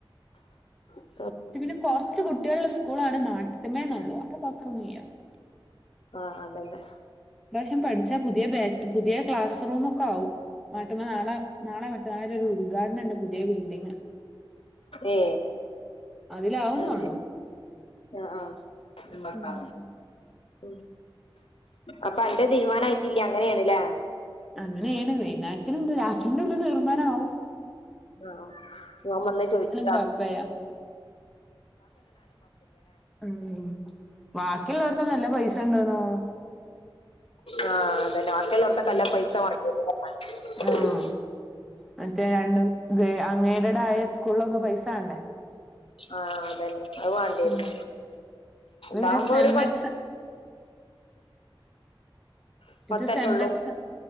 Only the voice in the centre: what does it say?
പിന്നെ കുറച്ച് കുട്ടൃളാണ് സ്കൂളാണ് മാട്ട്മേ എന്നൊള്ളൂ വേറെ കൊഴകൊന്നുല്ല.
പ്രാവശ്യം പഠിച്ചാ പുതിയ ബാ പുതിയ ക്ലാസ് റൂമൊക്കെ ആവും. മാട്ടുമ്മ നാളെ നാളെ മറ്റെന്നാളൊക്കെ ഒരു ഉദ്ഘാടനണ്ട്, പുതിയ ബിൽഡിങ്.
അതിലാവുന്നുള്ളൂ
ഉം
അങ്ങനേണ്. വൈന്നേരത്തിന് ഉച്ചൂന്റുള്ളില് തീർമാനം ആവും.
കൊഴപ്പല്ല ഉം ബാക്കിള്ളോർക്ക് നല്ല പൈസ ഇണ്ട്ന്നോണ്.
ഉം
ആഹ് മറ്റേ അഞ്ഞ് അംഗേഡഡായ സ്കൂൾലൊക്കെ പൈസ വാണ്ടേ?
ഉം ഇത്
പിന്നെ സെം
എക്സാ
ഇത് സെം
എക്സ്